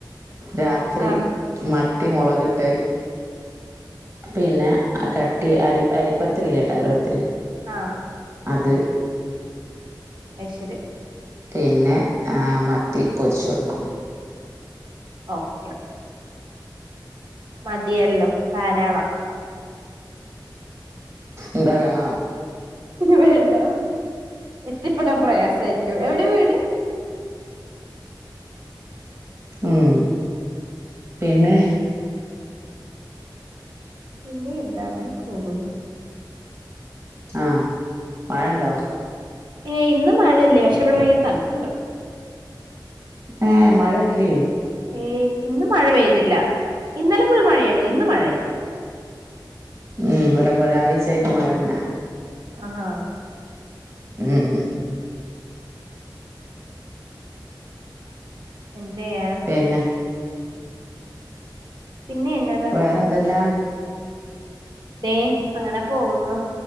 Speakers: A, on the right; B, on the right.
A: രാത്രി
B: ആഹ്
A: മത്തി മുളകിട്ട് പിന്നെ കട്ടി അരി അരിപ്പത്തിരില്ലേ ടയർ പത്തിരി
B: ആഹ്
A: അത്
B: അയ് ശെരി
A: പിന്നെ മത്തി പൊരിച്ചൊടുക്കും
B: ഓക്കെ മതിയല്ലോ ധാരാളം
A: എന്താ വേണോ
B: വേണ്ട എത്തിപ്പെടാൻ പ്രയാസായ്രിക്കും എവിടെ വീട്
A: ഉം പിന്നെ
B: പിന്നെ എന്താ അങ്ങനെ പോകുന്നു
A: ആഹ് മഴണ്ടോ
B: ഏയ് ഇന്ന് മഴല്ല പക്ഷെ ഇവിടെ ഭയങ്കര തൺപ്പുണ്ട്
A: ഏയ് മഴ ഇട്ലേ
B: ഏയ് ഇന്ന് മഴ പെയ്തില്ല ഇന്നലെ ഫുൾ മഴയായിരുന്നു ഇന്ന് മഴെയില്ല
A: ഉം ഇന്നലപോ ഒരാഴ്ചായിട്ട് മഴന്നെ
B: ആഹാ
A: ഉം
B: എന്തയ്യാനാ
A: പിന്നെ
B: പിന്നെ എന്നാ
A: വേറെന്തെല്ലാ
B: വേ അങ്ങനെ പോകുന്നു